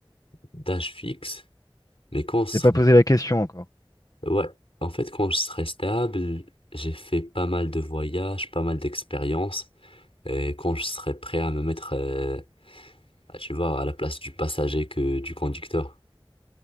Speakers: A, on the left; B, on the left.
A: d'âge fixe, mais quand je
B: T'es
A: serai,
B: pas posé la question encore.
A: ouais, en fait, quand je serai stable, j'ai fait pas mal de voyages, pas mal d'expériences. et quand je serai prêt à me mettre, euh, à- tu vois, à la place du passager que du conducteur.